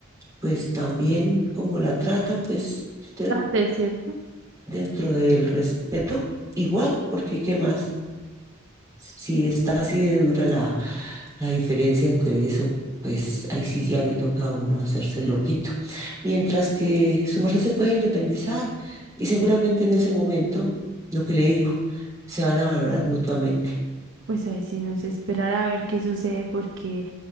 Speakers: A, on the right; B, on the right.
A: Pues también como la tratan, pues usted
B: trate, ¿cierto?
A: dentro del respeto, igual, porque ¿qué más? Si está así de dura la, la diferencia entre eso, pues ahí sí ya le toca a uno hacerse el loquito. Mientras que su merced se puede independizar y seguramente en ese momento, lo que le digo, se van a valorar mutuamente.
B: Pues ahí sí nos esperar a ver qué sucede porque